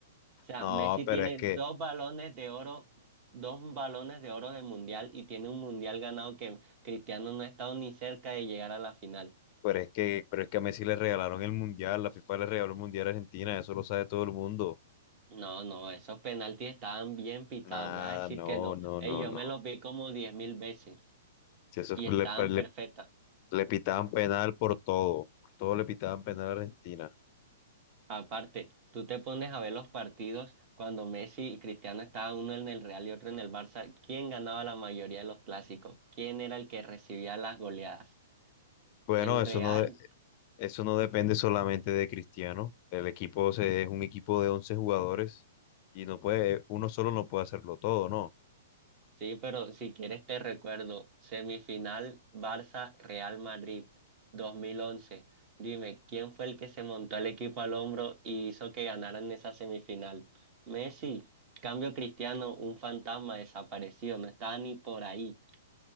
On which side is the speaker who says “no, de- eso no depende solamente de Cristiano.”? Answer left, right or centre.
Left